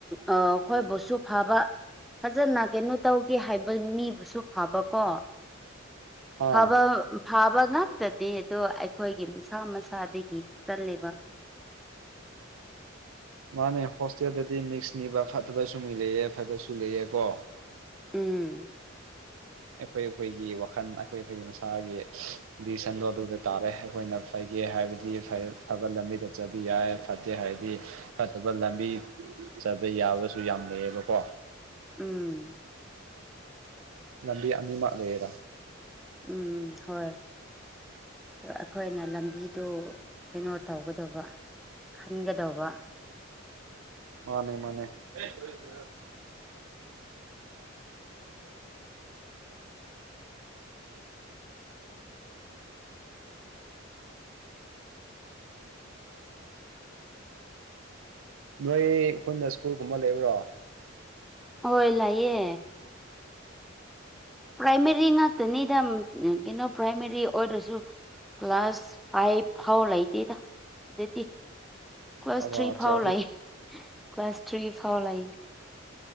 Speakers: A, in the centre; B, on the right (about 80°).
A: ꯑꯩꯈꯣꯏꯕꯨꯁꯨ ꯐꯕ ꯐꯖꯅ ꯀꯩꯅꯣ ꯇꯧ ꯦ ꯍꯥꯏꯕ ꯃꯤꯕꯨꯁꯨ ꯐꯕꯀꯣ
B: ꯑꯥ
A: ꯐꯕ ꯐꯕ ꯉꯇꯗꯤ ꯑꯗꯣ ꯑꯩꯈꯣꯏꯒꯤ ꯃꯁꯥ ꯃꯁꯥꯗꯒꯤ ꯆꯜꯂꯤꯂꯕ
B: ꯃꯥꯅꯦ ꯍꯣꯁꯇꯦꯜꯗꯗꯤ ꯃꯤꯛꯁ ꯅꯤꯕ ꯐꯠꯇꯕꯁꯨ ꯃꯤ ꯂꯩꯑꯦ ꯐꯠꯇꯕꯁꯨ ꯂꯩꯑ ꯀꯣ
A: ꯎꯝ
B: ꯑꯩꯈꯣꯏ ꯑꯩꯈꯣꯏꯒꯤ ꯋꯥꯈꯜ ꯑꯩꯈꯣꯏ ꯑꯩꯈꯣꯏꯒꯤ ꯃꯁꯥꯒꯤ ꯁꯟ ꯂꯣ ꯑꯗꯨꯗ ꯇꯥꯔꯦ ꯑꯩꯈꯣꯏꯅ ꯐꯒꯦ ꯍꯥꯏꯕꯗꯤ ꯐꯕ ꯂꯝꯕꯤꯗ ꯆꯠꯕꯤ ꯌꯥꯏ ꯐꯠꯇꯦ ꯍꯥꯏꯗꯤ ꯐꯠꯇꯕ ꯂꯝꯕꯤ ꯆꯠꯕ ꯌꯥꯕꯁꯨ ꯌꯥꯝ ꯂꯩꯌꯦꯕꯀꯣ
A: ꯎꯝ
B: ꯂꯝꯕꯤ ꯑꯅꯤꯃꯛ ꯂꯩꯌꯦꯔ
A: ꯎꯝ ꯍꯣꯏ ꯑꯩꯈꯣꯏꯅ ꯂꯝꯕꯤ ꯑꯗꯨ ꯀꯩꯅꯣ ꯇꯧꯒꯗꯕ ꯈꯟꯒꯗꯧꯕ
B: ꯃꯥꯅꯦ ꯃꯥꯅꯦ ꯑꯦꯣꯏ ꯅꯣꯏ ꯑꯩꯈꯣꯏꯅ ꯁ꯭ꯀꯨꯜꯒꯨꯝꯕ ꯂꯩꯕ꯭ꯔꯣ
A: ꯍꯣꯏ ꯂꯥꯛꯑꯦ ꯄ꯭ꯔꯥꯏꯃꯔꯤꯥꯛꯇꯅꯤꯗ ꯀꯩꯅꯣ ꯄ꯭ꯔꯥꯏꯃꯥꯔꯤ ꯑꯣꯏꯔꯁꯨ ꯀ꯭ꯂꯥꯁ ꯐꯥꯏꯚ ꯐꯥꯎ ꯂꯩꯇꯦꯗ ꯁꯤꯗꯗꯤ ꯀ꯭ꯂꯥꯁ
B: ꯑꯣ
A: ꯊ꯭ꯔꯤ
B: ꯑꯗꯨ
A: ꯐꯥꯎ ꯂꯥꯛ ꯀ꯭ꯂꯥꯁ ꯊ꯭ꯔꯤ ꯐꯥꯎ ꯂꯩꯥꯛ